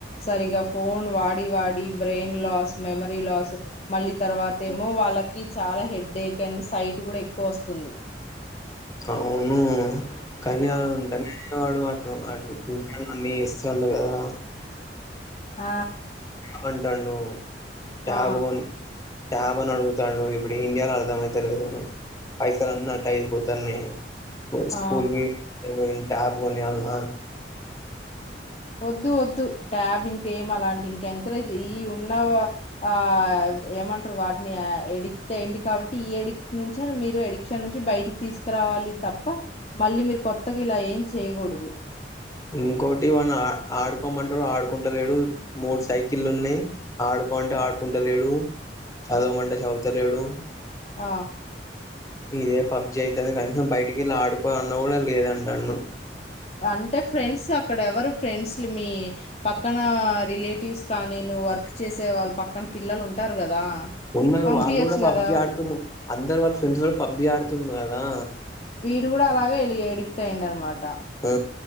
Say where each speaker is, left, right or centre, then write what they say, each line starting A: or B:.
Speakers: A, on the left (about 35°); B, on the left (about 20°).
A: సరిగా ఫోన్ వాడి వాడి బ్రెయిన్ లాస్ మెమరీ లాస్ మళ్ళీ తర్వాత ఏమో వాళ్ళకి చాలా హెడ్డేక్ అండ్ సైట్ కూడా ఎక్కువ వస్తుంది
B: అవునూ కానీ
A: ఆ
B: అది ఉంటేనే వాడు వాటిలు అన్నీ ఇస్తాడు కదా
A: ఆ
B: వంటను టాబోన్
A: ఆ
B: ట్యాబ్ అని అడుగుతాడు ఇప్పుడు ఏంచెయ్యాలో అర్థంమయితలేదు పైసలన్నీ అట్ట అయిపోతానాయ్ ఓల్
A: ఆ
B: స్కూల్ వి ఇప్పుడు నేను టాబ్ కొన్నియాల్న
A: వద్దు వద్దు ట్యాబ్ ఇంకేం అలాంటి ఇంక ఎంకరేజ్ ఈ ఉన్న ఆ ఏమంటారు వాటిని ఎడిక్ట్ అయ్యిండు కాబట్టి ఈ ఎడిక్ట్ నుంచే మీరు ఎడిక్షన్ నుంచి బయటికి తీసుకురావాలి తప్ప మళ్ళీ మీరు కొత్తగా ఇలా ఏం చేయకూడదు
B: ఇంకోటి వాన్న ఆడుకోమంటారు ఆడుకుంటలేడు మూడు సైకిళ్ల్ ఉన్నాయి ఆడుకోమంటే ఆడుకుంటలేడు చదవమంటే చదువుతలేడు
A: ఆ
B: ఇదే పబ్జి అయితుంది కనీసం బయటికి వెళ్ళి ఆడుకోవాలన్నా కూడా లేదంటన్ను
A: అంటే ఫ్రెండ్స్ అక్కడ ఎవరు ఫ్రెండ్స్లు మీ పక్కన రిలేటివ్స్ కానీ నువ్వు వర్క్ చేసే వాళ్ళు పక్కన పిల్లలు ఉంటారు కదా
B: ఉన్నారు
A: పంపియచ్చు
B: వాళ్ళు కూడా పబ్జి
A: కదా
B: ఆడుతుర్రు అందరు వాళ్ళ ఫ్రెండ్స్ కూడా పబ్జి ఆడుతుండు కదా దా
A: వీడు కూడా అలాగే ఎలి ఎడిక్ట్ అయింది అనమాట
B: ఆ